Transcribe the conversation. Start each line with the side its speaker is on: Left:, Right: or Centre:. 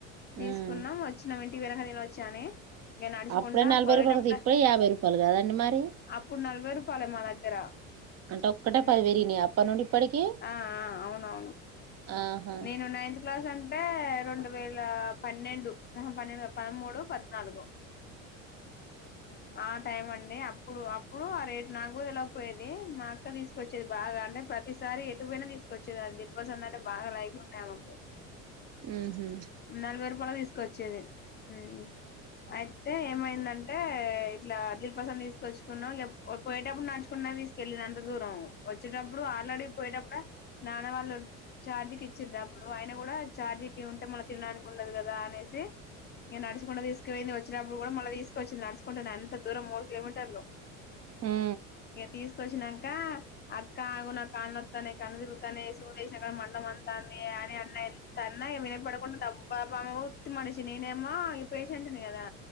Left: తీసుకున్నాం
Right: ఉమ్
Left: వచ్చినం ఇంటికి పోయినాక తినొచ్చు అని ఇగ నడుచుకుంట
Right: అప్పుడే నలభై
Left: పోయేటప్పుడే
Right: రూపాయలు కదా ఇప్పుడే యాభై రూపాయలు కదండి మరి
Left: అప్పుడు నలభై రూ పాయలే మా దగ్గర
Right: అంటే ఒక్కటే
Left: ఉమ్
Right: పది పెరిగినాయి అప్పటి నుండి ఇప్పటికి
Left: ఆ ఆ అవునవును
Right: ఆహా
Left: నేను నైన్త్ క్లాస్ అం టే రెండు వేల పన్నెండు ఆహా పన్నెండు కాదు పదమూడో పద్నాలుగో <inaudible> ఆ టైం అండి అప్పుడు అప్పుడు ఆ రేటు నాకు కూడా తెలవకపోయేది మా అక్క తీసుకొచ్చేది బాగా అంటే ప్రతిసారి ఎటుపోయినా తీసుకొచ్చేది దిల్పసంద్ అంటే బాగా లైక్ ఆమెకు
Right: ఉహు
Left: నలభై రూపాయలకి తీసుకొచ్చేది ఉమ్ అయితే ఏమైందం టే ఇట్లా అ దిల్పసంద్ తీసుకొచ్చుకున్నాం ఇగ పోయేటప్పుడు నడుచుకున్నా తీసుకెళ్ళింది అంత దూరం వచ్చేటప్పుడు ఆల్రెడీ పోయేటప్పుడు నాన్న వాళ్ళు చార్జి కి డబ్బులు అయినా కూడా ఛార్జీకి ఉంటే మళ్ళ తినడానికి ఉండదు కదా అనేసి ఇగ నడుచుకుంట తీసుకువోయింది వచ్చేటప్పుడు కూడా మళ్ళీ తీసుకువచ్చింది నడుచుకుంటనే అంత దూరం మూడు కిలోమీటర్లు
Right: ఉ
Left: ఇగ తీసుకొచ్చినం కా అక్క ఆగు నాకు కాళ్ళు నొత్తనాయి కండ్లు తిరుగుతున్నాయి సూది వేసిన కాడ మంట మండు తాంది అని అన్న ఎంత అన్నా వినపడకుండా దబ్బాబామ్మ ఉత్తి మనిషి నేనేమో ఈ పేషెంట్ కదా